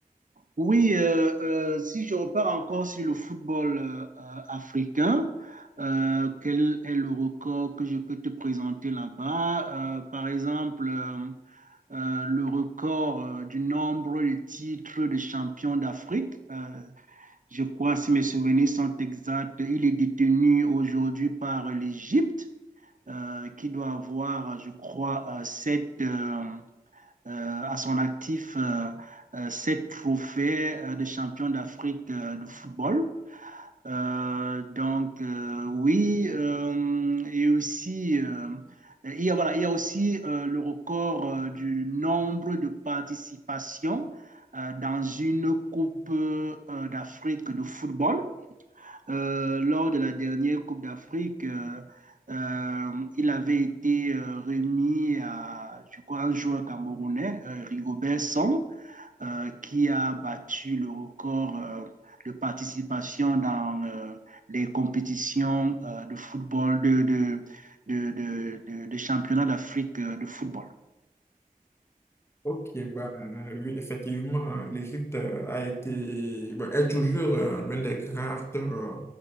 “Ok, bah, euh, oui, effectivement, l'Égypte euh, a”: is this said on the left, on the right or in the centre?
Left